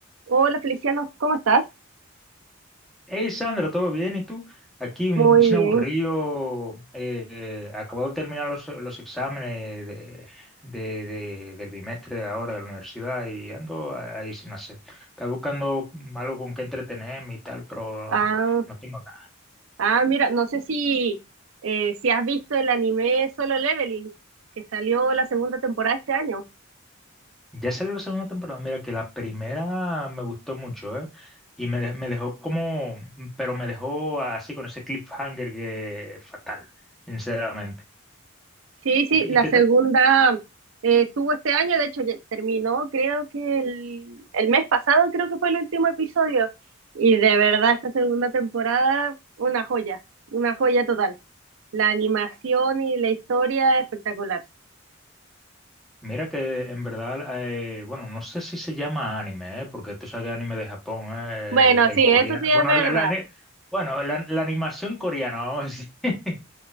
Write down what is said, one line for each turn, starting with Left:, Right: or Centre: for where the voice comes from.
Right: Hola Feliciano, ¿cómo estás?
Centre: Hey Sandra, ¿todo bien? ¿Y tú? Aquí un
Right: Muy
Centre: chino
Right: bien.
Centre: aburrido, eh, eh, acabo de terminar los, los exámenes de, de- de- del bimestre de ahora de la universidad y ando ahí sin hacer. Estaba buscando algo con qué entretenerme y tal, pero
Right: Ah,
Centre: no, no tengo nada.
Right: ah, mira, no sé si, eh, si has visto el anime Solo Leveling, que salió la segunda temporada este año.
Centre: Ya salió la segunda temporada, mira que la primera me gustó mucho, ¿eh? Y me, de- me dejó como, pero me dejó así con ese cliffhanger que fatal, sinceramente.
Right: Sí, sí,
Centre: ¿Y, qué-
Right: la
Centre: y qué
Right: segunda
Centre: te-
Right: eh, estuvo este año, de hecho ya terminó, creo que el, el mes pasado creo que fue el último episodio. Y de verdad esta segunda temporada, una joya, una joya total. La animación y la historia espectacular.
Centre: Mira que en verdad, eh, bueno, no sé si se llama anime, ¿eh? porque tú sabes que anime de Japón, ¿eh?
Right: Bueno,
Centre: el, el
Right: sí,
Centre: coreano,
Right: eso sí es
Centre: bueno,
Right: verdad.
Centre: el- el ani- bueno, la, la animación coreana, vamos a decir. <laughs>